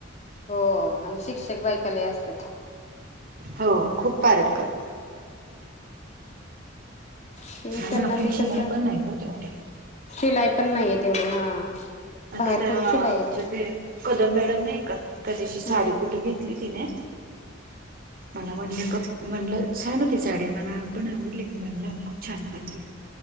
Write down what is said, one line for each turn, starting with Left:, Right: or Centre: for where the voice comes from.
Left: हो हो. आणि शिक्षक बायका लै असत्यात.
Right: हो खूप पारक कर.
Left: ते
Right: आणि
Left: त्यांना
Right: आपली
Left: ते
Right: शिलाई
Left: कसं,
Right: पण नाही ग तेवढी
Left: शिलाई पण नाही येत तेवढं हा.
Right: आता
Left: बाहेर
Right: त्या
Left: खूप
Right: आमच्या
Left: शिलाई आहेत
Right: ते कदम मॅडम नाही का, त्या दिवशी साडी
Left: हम्म
Right: कुठे घेतली. ती तिने. मला म्हणले बघ म्हणलं छान होती साडी, मला पण आवडली मी म्हणलं खूप छान साडी.